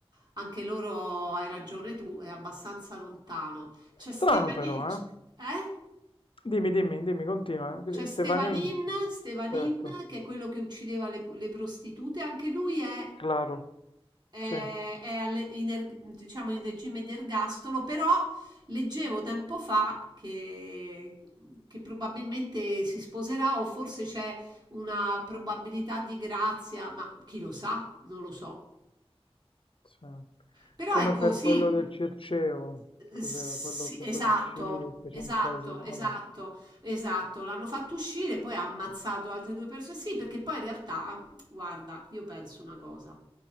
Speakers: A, on the right; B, on the left.
A: anche loro, hai ragione tu, è abbastanza lontano. C'è
B: Strano
A: Stephanie,
B: però, eh?
A: eh?
B: Dimmi, dimmi, dimmi, continua. eh. Così-
A: C'è Stevanin,
B: Stefanin,
A: Stevanin,
B: certo,
A: che è quello che uccideva le, le prostitute, anche lui è,
B: claro,
A: è-
B: sì,
A: è alle- in erg- diciamo in regime di ergastolo, però leggevo tempo fa che, che probabilmente si sposerà o forse c'è una probabilità di grazia, ma chi lo sa? Non lo so.
B: sì.
A: Però
B: Come
A: ecco,
B: per
A: sì,
B: quello del Circeo,
A: eh,
B: cos'era
A: sì,
B: quello che
A: esatto,
B: poi uscì e fece
A: esatto,
B: un casino?
A: esatto,
B: Vabbè.
A: esatto. L'hanno fatto uscire, poi ha ammazzato altre due persone. Sì, perché poi in realtà, guarda, io penso una cosa.